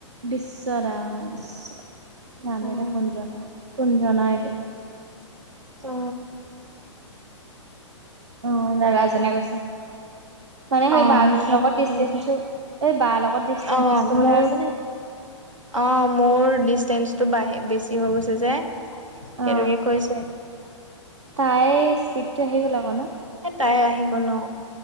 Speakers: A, on the right (about 60°); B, on the right (about 80°).
A: বিশ্ব দা বিশ্ব নামে
B: উম
A: এতিয়া কুঞ্জন কুনজনা এতিয়া
B: অ।
A: অ দাদাজনে কৈছে। মানে সেই
B: অ
A: বা জনীৰ
B: সেই
A: লগত ডিচেঞ্চটো
B: তেনেকে
A: এই বা লগত ডিচেঞ্চ
B: অ
A: টো কথা
B: মোৰ
A: কৈছে নে
B: অ মোৰ ডিচষ্টেঞ্চটো বাঢ়ি বেছি হৈ গৈছে যে সেইটোকে
A: অ
B: কৈছে।
A: তাই স্পীডটো সেই ওলাব ন।
B: এ তাই আহি গ'ল অ।